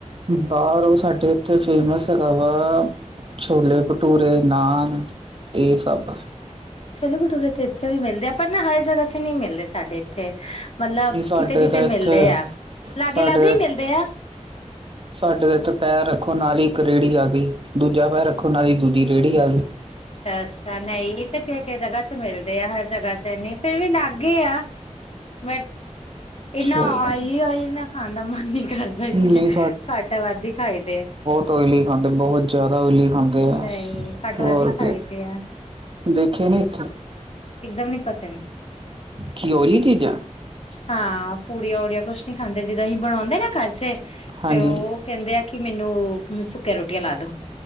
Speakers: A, on the right (about 45°); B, on the left (about 55°).
A: ਬਾਹਰ ਔ ਸਾਡੇ ਐਥੇ ਫੇਮਸ ਹੈਗਾ ਵਾ ਛੋਲੇ-ਭਠੂਰੇ, ਨਾਨ ਏ ਸਭ।
B: ਛੋਲੇ-ਭਠੂਰੇ ਤੇ ਇੱਥੇ ਵੀ ਮਿਲਦੇ ਆ, ਪਰ ਨਾ ਹਰ ਜਗ੍ਹਾਹ ਚ ਨੀ ਮਿਲਦੇ ਸਾਡੇ ਇੱਥੇ। ਮਤਲਬ
A: ਨੀ ਸਾਡੇ
B: ਕਿਥੇ -ਕਿਥੇ
A: ਤਾਂ ਇੱਥੇ
B: ਮਿਲਦੇ ਆ, ਲਾਗੇ-ਲਾਗੇ
A: ਸਾਡੇ
B: ਹੀ ਮਿਲਦੇ ਆ।
A: ਸਾਡੇ ਤੇ ਇੱਥੇ ਪੈਰ ਰੱਖੋ ਨਾਲ ਹੀ ਇੱਕ ਰੇੜੀ ਆ ਗਈ, ਦੂਜਾ ਪੈਰ ਰੱਖੋ ਨਾਲ ਹੀ ਦੂਜੀ ਰੇੜੀ ਆ ਗੀ।
B: ਅਛਾ ਨਹੀਂ ਵੀ ਤਾਂ ਕੇ ਕੇਈ ਜਗ੍ਹਾਹ ਚ ਮਿਲਦੇ ਆ ਹਰ ਜਗ੍ਹਾਹ ਚ ਨੀ ਫੇਰ ਵੀ ਲੈ ਅਗੇ ਆ। ਬਟ,
A: ਅੱਛਾ
B: ਇਨਾ ਔਇਲੀ ਔਇਲ ਨਾ ਖਾਂਣ ਦਾ ਮਨ ਨੀ ਕਰਦਾ ਇਸਲੇ
A: ਨਹੀਂ
B: ਘੱਟ-ਵੱਧ ਹੀ ਖਾਈਦੇ ਐ।
A: ਤੋ ਔਇਲੀ ਖਾਂਦੇ ਬਹੋਤ ਜੈਦਾ ਔਇਲੀ ਖਾਂਦੇ
B: ਨਹੀਂ
A: ਆ,
B: ਘੱਟ
A: ਹੋਰ
B: ਵੱਧ ਹੀ ਖਾਈ
A: ਕਿ
B: ਦੇ ਆ
A: ਦੇਖੇ ਨੀ ਇੱਥੇ।
B: ਇੱਕਦਮ ਨੀ ਪਸੰਦ।
A: ਕੀ ਔਇਲੀ ਚੀਜ਼ਾਂ।
B: ਹਾਂ, ਪੁੜੀਆਂ ਉੜੀਆ ਕੁਛ ਨੀ ਖਾਂਦੇ, ਜਿਦੋਂ ਹੀ ਬਣੋੰਦੇ ਨਾ ਘਰ ਚੇ।
A: ਹਾਂਜੀ
B: ਤੇ ਔ ਕਹਿੰਦੇ ਆ ਕਿ ਮੈਨੂੰ ਸੁੱਕਿਆ ਰੋਟੀਆਂ ਲਾ ਦੋ।